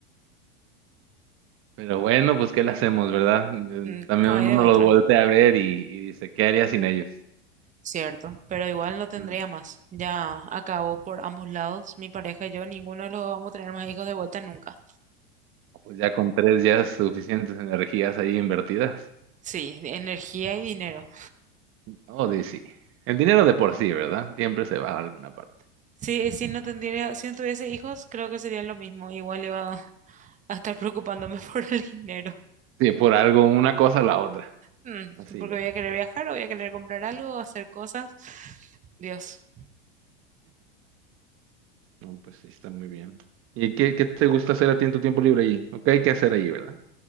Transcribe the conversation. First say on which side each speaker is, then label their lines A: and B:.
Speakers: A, on the right; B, on the right.
A: Pero bueno, pues ¿qué le hacemos, verdad? Yo-
B: Mm,
A: También
B: No hay
A: uno
B: de otra,
A: los voltea a ver y, y dice, ¿qué haría sin ellos?
B: cierto. Pero igual no tendría
A: Mm,
B: más. Ya acabó por ambos lados. Mi pareja y yo, ninguno de los dos vamos a tener más hijos de vuelta nunca.
A: Pues ya con tres ya es suficientes energías ahí invertidas.
B: Sí, de energía y dinero.
A: Oh, di- sí. El dinero de por sí, ¿verdad? Siempre se va a alguna parte.
B: Sí, si no tendría, si no tuviese hijos, creo que sería lo mismo. Igual iba a estar preocupándome <laughs> por el dinero.
A: Sí, por algo, una cosa o la otra.
B: Mm,
A: Así
B: porque
A: es.
B: voy a querer viajar, o voy a querer comprar algo, hacer cosas. Dios.
A: No, pues sí, está muy bien. ¿Y qué, qué te gusta hacer a ti en tu tiempo libre ahí? Ok, hay que hacer ahí, ¿verdad?